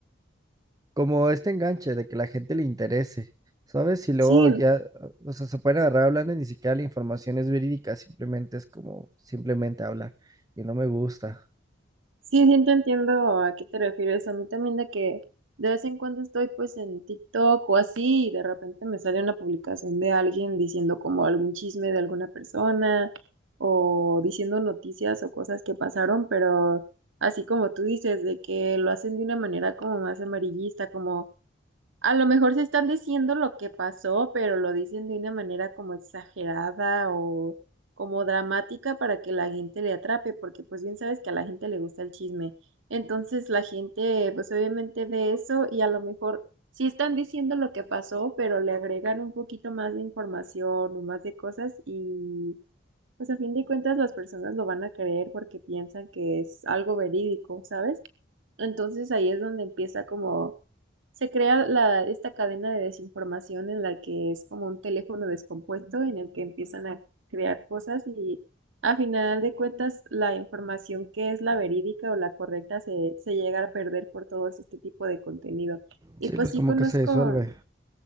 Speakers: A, on the right (about 20°); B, on the right (about 85°).
A: como este enganche de que la gente le interese, ¿sabes? Y luego
B: Sí,
A: ya, o sea, se pueden agarrar hablando y ni siquiera la información es verídica, simplemente es como simplemente hablar y no me gusta.
B: sí, sí te entiendo a qué te refieres. A mí también de que de vez en cuando estoy pues en TikTok o así y de repente me sale una publicación de alguien diciendo como algún chisme de alguna persona o diciendo noticias o cosas que pasaron, pero así como tú dices, de que lo hacen de una manera como más amarillista, como... A lo mejor se están diciendo lo que pasó, pero lo dicen de una manera como exagerada o como dramática para que la gente le atrape, porque pues bien sabes que a la gente le gusta el chisme. Entonces la gente pues obviamente ve eso y a lo mejor sí están diciendo lo que pasó, pero le agregan un poquito más de información o más de cosas y pues a fin de cuentas las personas lo van a creer porque piensan que es algo verídico, ¿sabes? Entonces ahí es donde empieza como se crea la, esta cadena de desinformación en la que es como un teléfono descompuesto en el que empiezan a crear cosas y a final de cuentas la información que es la verídica o la correcta se, se llega a perder por todo este tipo de contenido. Y
A: Sí,
B: pues
A: pues
B: sí
A: como
B: conozco
A: que se disuelve.